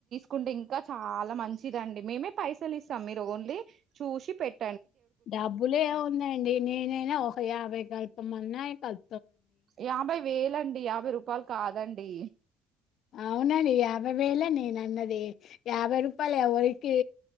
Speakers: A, on the right (about 50°); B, on the left (about 55°).
A: కుంటే ఇంకా చాలా మంచిదిండి మేమే పైసలు ఇస్తాం మీరు ఓన్లీ చూసి పెట్
B: డబ్బులేం ఉందండి నేనైనా ఒక యాభై కల్పి. మన్నాయకల్
A: యాభై వేలండి యాభ్ యభై రూపాయలు కాదండి.
B: అవునండి యాభై వేలే నేను అన్నది. యాభై రూపాయలు ఎవరికి